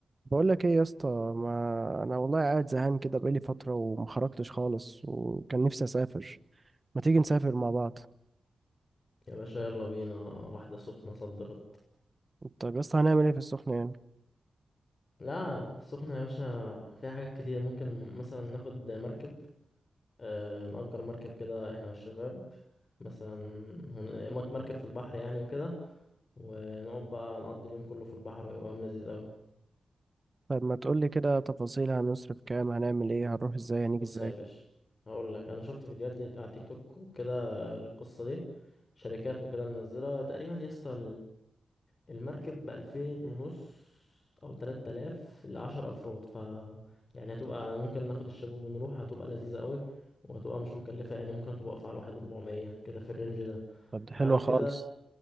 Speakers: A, on the right; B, on the left.
A: بقول لك ايه يا اسطى ما انا والله قاعد زهقان كده بقالي فتره وما خرجتش خالص وكان نفسي اسافر ما تيجي نسافر مع بعض
B: يا باشا يلا بينا واحدة سخنة صد رد
A: طب يا اسطى هنعمل ايه في السخنه يعني
B: لا سخنة يا باشا فيها حاجات كتير ممكن مثلا ناخد مركب آه نأجر مركب كده احنا والشباب مثلا هن- مك- مركب في البحر يعني وكده ونقعد بقى نقضي اليوم كله في البحر ويبقى يوم لذيذ قوي
A: طب ما تقول لي كده تفاصيل هنصرف كام هنعمل ايه هنروح ازاي هنيجي
B: بص
A: ازاي
B: يا باشا هقول لك انا شفت فيديوهات لي على تيك توك وكده القصة دي شركات وكده منزلة تقريبا يا اسطى المركب بألفين ونص أو تلات آلاف لعشر أفراد ف يعني هتبقى ممكن ناخد الشباب ونروح هتبقى لذيذة قوي وهتبقى مش مكلفة يعني ممكن تبقى واقفة على واحد ربعمية كده في الرينج ده
A: طب دي حلوه
B: بعد
A: خالص
B: كده